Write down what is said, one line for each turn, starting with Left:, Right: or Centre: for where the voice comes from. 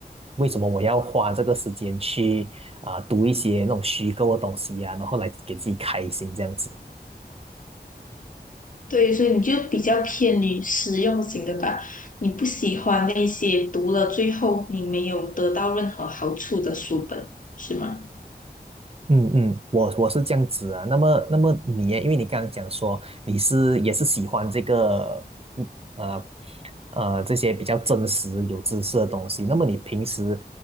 Right: 为什么我要花这个时间去啊读一些那种虚构的东西呀、然后来给自己开心这样子？
Left: 对，所以你就比较偏于实用型的吧，你不喜欢那些读了最后你没有得到任何好处的书本，是吗？
Right: 嗯嗯，我我是这样子啊。那么那么你耶，因为你刚刚讲说你是也是喜欢这个不呃呃这些比较真实有知识的东西，那么你平时